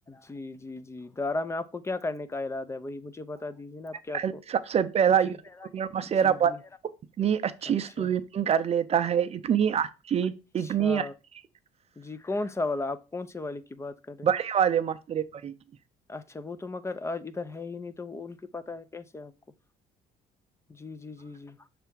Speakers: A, on the left (about 15°); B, on the right (about 40°).
A: جی جی جی دارا میں آپ کو کیا کرنے کا اراد ہے وہی مجھے ج بتا دیجیے ناپ کیا
B: پہلے
A: آپ کو
B: سب سے پہلا
A: جی
B: یونیورسٹی مسیرا
A: جی
B: بھائی
A: جی
B: وہ اتنی اچھی
A: اچھا
B: سوئمنگ کر لیتا ہے اتنی اچھی
A: اچھا
B: اتنی اچھی
A: جی کون سا والا آپ کون سے والے کی بات کر رہے
B: بڑے
A: ہیں
B: والے مسرے بھائی کی
A: اچھا وہ تو مگر آج ادھر ہے ہی نہیں تو ان کی پتہ ہے کیسے آپ کو جی جی جی جی